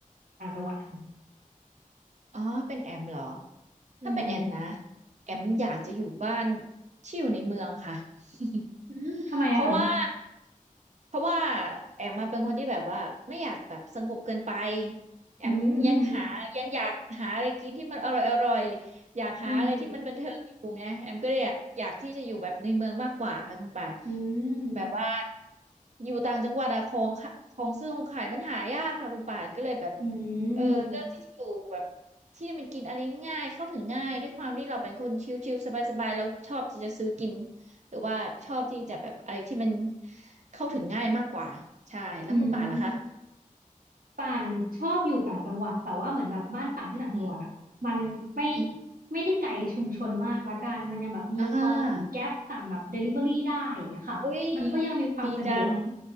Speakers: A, on the right (about 80°); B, on the right (about 55°).
A: ต่างจังหวัดค่ะ
B: อ๋อเป็นแอมเหรอ
A: อืม
B: ถ้าเป็นแอมนะแอมอยากจะอยู่บ้านที่อยู่ในเมืองค่ะ <laughs>
A: อืมทำไมอะคะ
B: เพราะว่าเพราะว่าแอมมาเป็นคนที่แบบว่าไม่อยากแบบสงบเกินไปแอมยังหายังอยากหาอะไรกินที่มันอร่อยอร่อย
A: อืม
B: อยากหาอะไรที่มันบันเทิงอยู่ไงแอมก็เลยอยากอยากที่จะอยู่แบบในเมืองมากกว่าค่ะคุณป่าน
A: อืมอืม
B: แบบว่าอยู่ต่างจังหวัดอะของค่ะของซื้อของขายมันหายากค่ะคุณป่านก็เลยแบบ
A: อื
B: เออเลือกที่จะอยู่แบบ
A: ม
B: ที่มันกินอะไรง่ายเข้าถึงง่ายด้วยความที่เราเป็นคนชิลๆสบายๆเราชอบที่จะซื้อกินหรือว่าชอบที่จะแบบอะไรที่มันเข้าถึงง่ายมากกว่าใช่แล้วคุณป่านล่ะคะ
A: อืม ป่านชอบอยู่ต่างจังหวัดแต่ว่าเหมือนแบบบ้านป่านที่ต่างจังหวัดอ่ะมันไม่
B: อืมอืม
A: ไม่ได้ไกลชุมชนมากละกันมันยังแบบมีพอสั่งแก๊ปสั่งแบบเดลิเวอรี่ได้อย่างเงี้ยค่ะมันก็ยังมีความสะดวก
B: อ่าอุ้ยดีจัง